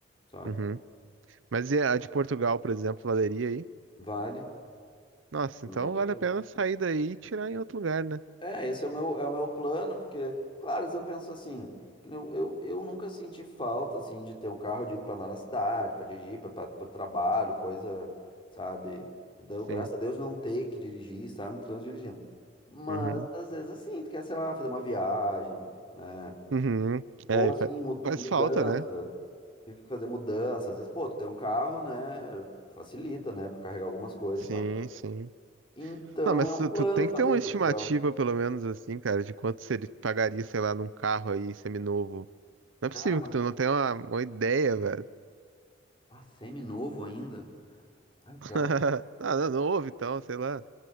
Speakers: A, on the left; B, on the right.
A: sabe?
B: Uhum. Mas e a de Portugal, por exemplo, valeria aí?
A: Vale.
B: Nossa,
A: Na
B: então
A: Europa
B: vale
A: toda.
B: a pena sair daí e tirar em outro lugar, né?
A: É, esse é o meu, é o meu plano, porque, claro, às vezes eu penso assim, que eu, eu, eu nunca senti falta, assim, de ter um carro, eu digo, para andar na cidade, para dirigir, para o trabalho, coisa, sabe? Deu, graças
B: Sim.
A: a Deus não ter que dirigir, estar no trânsito dirigindo. Mas,
B: Uhum.
A: às vezes, assim, tu quer, sei lá, fazer uma viagem, né?
B: Uhum.
A: Ou,
B: É, e
A: assim,
B: fa-
A: mu-
B: faz
A: mudança.
B: falta, né?
A: Tive que fazer mudança. Às vezes, pô, tu tem um carro, né? Facilita, né? Pra carregar algumas coisas
B: Sim,
A: e tal.
B: sim.
A: Então,
B: Não, mas
A: é um
B: tu,
A: plano
B: tu tem
A: fazer
B: que ter uma
A: em Portugal.
B: estimativa, pelo menos assim, cara, de quanto se ele pagaria, sei lá, num carro aí seminovo. Não
A: Cara,
B: é possível
A: mas
B: que tu não tenha uma, uma ideia, velho.
A: Ah, semi-novo ainda? Ai, o pior
B: <laughs>
A: é que...
B: Ah, não, novo então, sei lá.